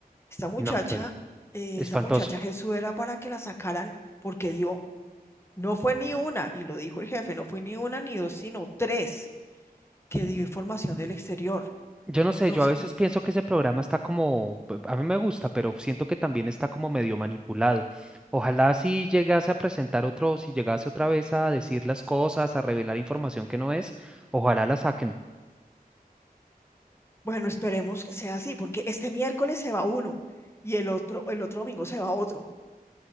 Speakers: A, on the left (about 15°); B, in the centre.
A: Esta muchacha,
B: No, pero
A: eh,
B: espantoso.
A: esa muchacha Jesús era para que la sacaran porque dio, no fue ni una, y lo dijo el jefe, no fue ni una ni dos, sino tres que dio información del exterior.
B: Yo no sé,
A: Entonces,
B: yo a veces pienso que ese programa está como, pues, a mí me gusta, pero siento que también está como medio manipulado. Ojalá si llegase a presentar otro, si llegase otra vez a decir las cosas, a revelar información que no es, ojalá la saquen.
A: bueno, esperemos que sea así, porque este miércoles se va uno y el otro, el otro domingo se va otro.